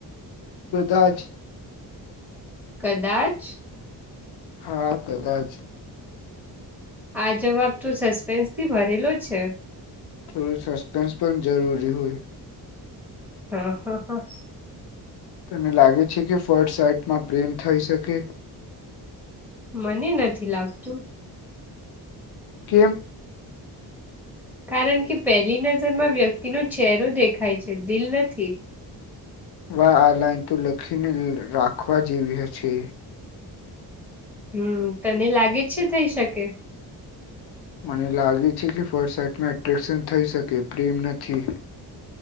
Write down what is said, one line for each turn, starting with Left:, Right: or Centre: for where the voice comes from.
Left: કદાચ.
Centre: કદાચ.
Left: હા કદાચ.
Centre: આ જવાબ તો સસ્પેન્સથી ભરેલો છે.
Left: થોડું સસ્પેન્સ પણ જરૂરી હોય.
Centre: હા હા હા.
Left: તને લાગે છે કે ફર્ટ સાઇટમાં પ્રેમ થઈ શકે?
Centre: મને નથી લાગતું.
Left: કેમ?
Centre: કારણ કે પહેલી નજરમાં વ્યક્તિનો ચહેરો દેખાય છે દિલ નથી.
Left: વા આ લઇન તો લખીને રાખવા જેવી હ છે.
Centre: હમ તને લાગે છે થઈ શકે?
Left: મને લાગે છે કે ફર્ટ સાઇટમાં એટ્રેક્શન થઈ શકે પ્રેમ નથી.